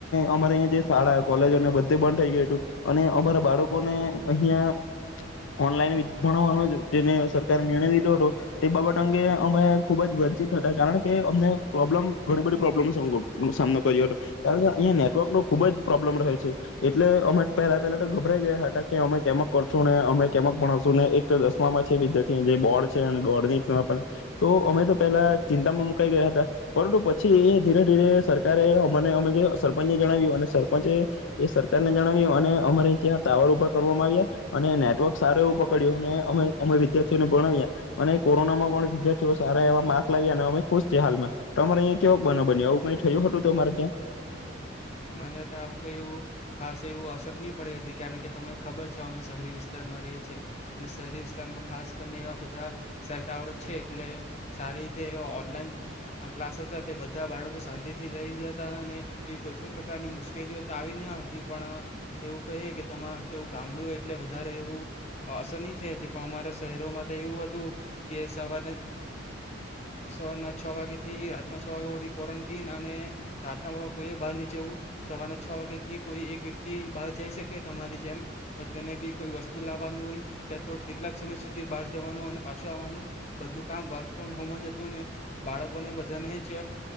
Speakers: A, on the left; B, on the left.
A: અમારે અ જે શાળા કોલેજ બધ બંધ થઈ ગયું હતું, અને અમારા બાળકોને અહિયાં ઓનલાઈન ભણાવવાનો સરકારે નિર્ણય લીધો હતો, તે બાબત અંગે અમે ખુબ જ વંચિત હતા, કારણ કે અમને પ્રોબ્લમ ઘણી બધ પ્રોબ્મ સામનો કર્યો હતો કારણ કે અહીંયા નેટવર્કનો ખુબ જ પ્રોબ્લેમ રહે છે, એટલે અમે પહેલા પહેલા તો ગભરાઈ ગયા હતા કે અમે કેમ કરશું ને અમે કેમક ભણાવશું ને એક દસમામાં છે વિદ્યાર્થી જે બોર્ડ છે બોર્ડ ન તો અમે, તો પહેલા ચિંતામાં મુકાઈ ગયા હતા પરંતુ પછી એ ધીરે ધીરે સરકારે મને અમે જે સરપંચને જણાવ્યું અને સરપંચે એ સરકારને જણાવ્યું અને અમારે ત્યાં ટાવર ઉપભા કરવામાં આવ્યા, અને નેટવર્ક સાર એવું પકડ્યું અને અમે અમે વિદ્યાર્થીઓને ભણાવ્યા અને કોરોના માં પણ વિદ્યાર્થીઓ સારા એવા માર્ક લાવ્યા, અને અમે ખુશ છએ હાલમાં તો અમારે અહીંયા કેવો બ બન આવું કઈ થયું હતું. <inaudible>
B: અમારે આવ કોઈ એવું, ખાસ એવું અસર નહી પડી હતી, કારણ કે તમને ખબર છે અમે શહેરી વિસ્તારમાં રહીએ છીએ અને શહેરી વિસ્તારમાં ખાસ કરીને એવા છે, એટલે સારી રીતે એવા ઓનલાઈન ક્લાસ હતા તે બધા બાળકો શાંતિ થી લઈ જ હતા અને એવી કોઈ પણ પ્રકારની મુશ્કેલીઓ તો આવી ન હતી પણ, એવું કહીએ કે તમારું તો એવુ ગામડું એટલે વધારે એવું, અસર નહીં થઈ હતી પણ અમારા શહેરોમાં તો એવું હતું, કે સવારના સવારના છ વાગેથી રાતના છ વાગે ક્વોરન્ટીન, અને રાતના કોઈએ બહાર નહી જવું, સવારના છ વાગ્યાથી કોઈ એક વ્યક્તિ બહાર જઈ શકે તમારી જેમ પણ તેને ભી કોઈ વસ્તુ લાવવાનું હોય, ત્યાં થોડ તેટલા જ સમય સુધી બહાર જવાનું અને પાછું આવવાનું. બધું કામ વર્ક ફોમ હોમ જ હતું ને, બાળકોને બધાને જ